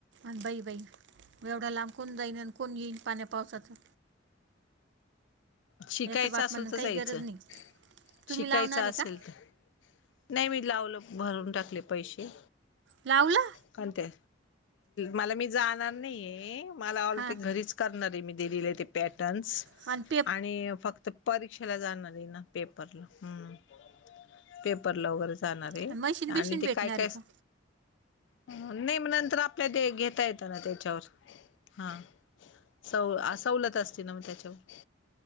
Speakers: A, on the right (about 65°); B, on the left (about 70°).
A: अन बाई बाई म ऐवढा लांब कोण जाईन आणि कोण येईन पाण्या पावसाचं.
B: शिकायचं
A: याचं बाप
B: असेल
A: म्हणणं
B: तर
A: काही
B: जायचं
A: गरज नाही
B: शिकायचं
A: तुम्ही लावणार आहे
B: असेल
A: का
B: तर. नाही मी लावलं भरून टाकले पैसे
A: लावला.
B: कोणते मला मी जाणार नाहीय मला ऑलरेडी
A: हां
B: घरीच. करणार आहे मी दिलेल ते पॅटर्न्स
A: आणत.
B: आणि फक्त परीक्षेला जाणार आहे ना पेपरला ह पेपरला वगरेच जाणार आहे
A: आणि मशीन बिशीन
B: आणि
A: भेटणार
B: ते काय काय?
A: आहे का
B: नाही मग नंतर आपल्या ते घेता येत ना त्याच्यावर हा. सव आ सवलत असती ना मग त्याच्यावर